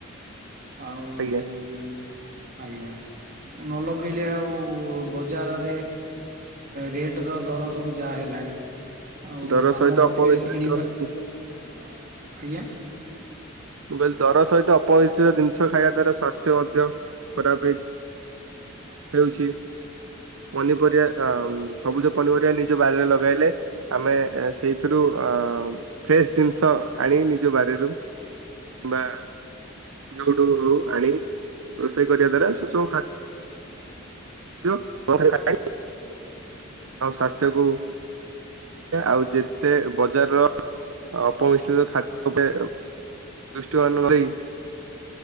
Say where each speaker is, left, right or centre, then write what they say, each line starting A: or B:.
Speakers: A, on the right; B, on the right.
A: ଆଉ
B: ଆଜ୍ଞା
A: ଆଜ୍ଞା ନ ଲଗେଇଲେ ଆଉ ବଜାରରେ ରେଟ ର ଦର ସବୁ ଯାହା ହେଲାଣି। ଆଉ
B: ଦର
A: ଆମ
B: ସହିତ
A: ପକ୍ଷରେ
B: ଅପମିଶ୍ରିତ
A: କିଣିବା
B: ଜିନିଷ
A: ଆଜ୍ଞା
B: ମୁ କହିଲି ଦର ସହିତ ଅପମିଶ୍ରିତ ଜିନିଷ ଖାଇବା ତାର ସ୍ୱାସ୍ଥ୍ୟ ମଧ୍ୟ ଖରାପ ହେଇ ହେଉଛି ପନିପରିବା ସବୁଜ ପନିପରିବା ନିଜ ବାରିରେ ଲଗାଇଲେ ଆମେ ସେଇଥିରୁ ଫ୍ରେଶ ଜିନିଷ ଆଣି ନିଜ ବାରିରୁ ବା ଯୋଉଠୁ ଆଣି ରୋଷେଇ କରିବା ଦ୍ଵାରା ସୁଷମ ଖା <unintelligible> ଆଉ ସ୍ୱାସ୍ଥ୍ୟକୁ ଆଉ ଯେତେ ବଜାରର ଅପମିଶ୍ରିତ ଖାଦ୍ୟପେୟ ଦୃଷ୍ଟିମାନ ଦେଇ